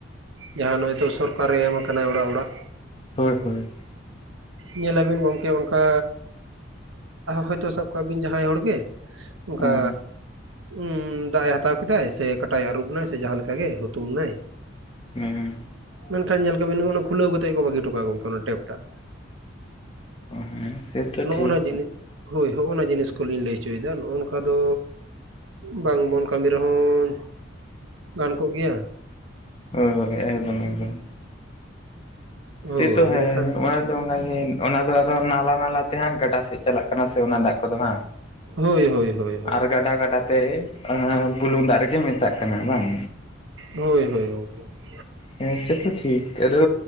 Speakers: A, on the right; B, on the left.
A: ᱡᱟᱦᱟᱸ ᱱᱚᱜᱼᱚᱭ ᱛᱚ ᱥᱚᱨᱠᱟᱨᱮ ᱮᱢᱠᱟᱱᱟ ᱚᱲᱟᱜ ᱚᱲᱟᱜ᱾
B: ᱦᱳᱭ ᱦᱳᱭ ᱾
A: ᱧᱮᱞᱟᱵᱤᱱ ᱜᱚᱝᱠᱮ ᱚᱱᱠᱟ ᱦᱚᱭᱛᱚ ᱥᱟᱵ ᱠᱟᱜ ᱵᱤᱱ ᱡᱟᱦᱟᱸᱭ ᱦᱚᱲ ᱜᱮ ᱚᱱᱠᱟ
B: ᱦᱩᱸ
A: ᱩ ᱫᱟᱜ ᱮ ᱦᱟᱛᱟᱣ ᱠᱤᱫᱟᱭ ᱥᱮ ᱠᱟᱴᱟᱭ ᱟᱹᱨᱩᱵ ᱱᱟᱭ ᱥᱮ ᱡᱟᱦᱟᱸ ᱞᱮᱠᱟ ᱜᱮ ᱦᱩᱛᱩᱢ ᱱᱟᱭ
B: ᱦᱩᱸ ᱦᱩᱸ
A: ᱢᱮᱱᱠᱷᱟᱱ ᱧᱮᱞ ᱠᱟᱵᱤᱱ ᱚᱱᱟ ᱠᱷᱩᱞᱟᱹᱣ ᱠᱟᱛᱮᱜ ᱜᱮ ᱠᱚ ᱵᱟᱹᱜᱤ ᱦᱚᱴᱚ ᱠᱟᱜᱼᱟ ᱜᱚᱝᱠᱮ, ᱚᱱᱟ ᱴᱮᱯ ᱴᱟᱜ᱾
B: ᱦᱮᱸ ᱥᱮᱛᱚ
A: ᱱᱚᱜᱼᱚ
B: ᱴᱷᱤᱠ
A: ᱱᱚᱣᱟ ᱡᱤᱱᱤᱥ᱾ ᱦᱳᱭ ᱦᱚᱜᱼᱚᱱᱟ ᱡᱤᱱᱤᱥ ᱠᱚᱞᱤᱧ ᱞᱟᱹᱭ ᱦᱚᱪᱚᱭᱮᱫᱟ, ᱱᱚᱜᱼᱚ ᱱᱚᱝᱠᱟ ᱫᱚ ᱵᱟᱝᱵᱚᱱ ᱠᱟᱹᱢᱤ ᱨᱮᱦᱚᱸ ᱜᱟᱱ ᱠᱚᱜ ᱜᱮᱭᱟ᱾
B: ᱦᱳᱭ ᱦᱳᱭ ᱮᱠᱫᱚᱢ ᱮᱠᱫᱚᱢ ᱾
A: ᱦᱳᱭ
B: ᱥᱮ ᱛᱚ ᱦᱮ
A: ᱢᱮᱱᱠᱷᱟᱱ
B: ᱚᱱᱟ ᱫᱚ ᱚᱱᱟᱜᱮ᱾ ᱚᱱᱟ ᱫᱚ ᱟᱫᱚ ᱱᱟᱞᱟ ᱱᱟᱞᱟ ᱛᱮ ᱦᱟᱸᱜ ᱜᱟᱰᱟ ᱥᱮᱫ ᱪᱟᱞᱟᱜ ᱠᱟᱱᱟ, ᱥᱮ ᱚᱱᱟ ᱫᱟᱜ ᱠᱚᱫᱚ ᱦᱟᱸᱜ
A: ᱦᱳᱭ ᱦᱳᱭ ᱦᱳᱭ ᱦᱳᱭ
B: ᱟᱨ ᱜᱟᱰᱟ ᱜᱟᱰᱟ ᱛᱮ ᱵᱩᱞᱩᱝ ᱫᱟᱜ ᱨᱮᱜᱮ ᱢᱮᱥᱟᱜ ᱠᱟᱱᱟ ᱵᱟᱝ?
A: ᱦᱳᱭ ᱦᱳᱭ ᱜᱚᱝᱠᱮ ᱾
B: ᱦᱮᱸ ᱥᱮ ᱛᱚ ᱴᱷᱤᱠ᱾ ᱟᱫᱚ